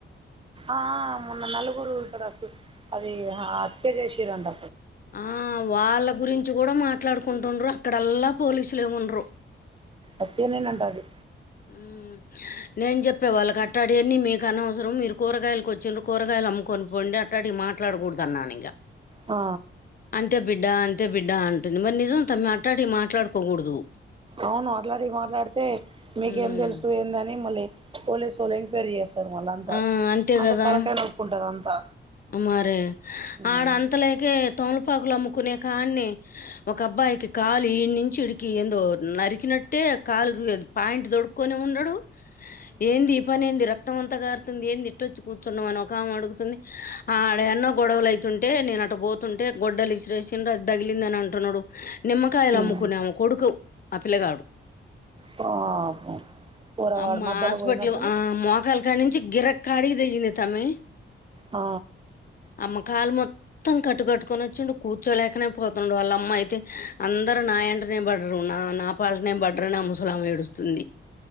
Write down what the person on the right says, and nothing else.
ఆ మొన్న నలుగురు ఇక్కడ సు అది హత్య చేసిర్రంట
వట్టిగానేంట అది
ఆ
అవును అట్లాటిన్వీ మాట్లాడితే మీకేం
తెలుసు ఏందని మళ్ళీ పోలీసు ఓళ్ళు ఎంక్వైరీ చేస్త్ ారు మళ్ళ అంతా
అంత
తలకై నొప్పి ఉంటాది అంతా
ఉమ్
ఉమ్
పాపం పోరగాడు
మధ్యలో
పోయినట్టుంది
ఆ